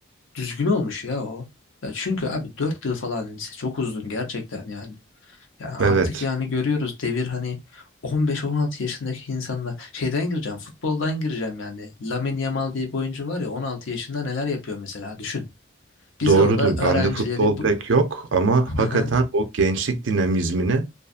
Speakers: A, on the left (about 75°); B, on the right (about 65°).
A: düzgün olmuş ya o. Ya çünkü abi 4 yıl falan lise çok uzun gerçekten yani. Yani artık
B: Evet,
A: yani görüyoruz devir hani 15-16 yaşındaki insanlar şeyden gireceğim futboldan gireceğim yani. Lamine Yamal diye bir oyuncu var ya 16 yaşında neler yapıyor mesela düşün. Biz
B: doğrudur.
A: orada öğrencileri
B: Bende futbol
A: bu,
B: pek yok ama hakikaten
A: Hı hı.
B: o gençlik dinamizmini